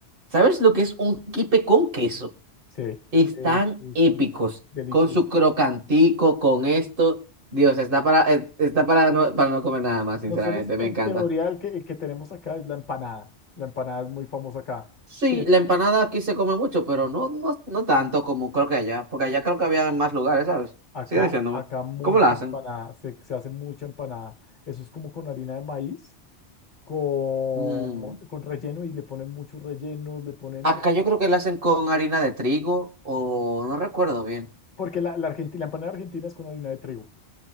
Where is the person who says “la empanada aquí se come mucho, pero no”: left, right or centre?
Right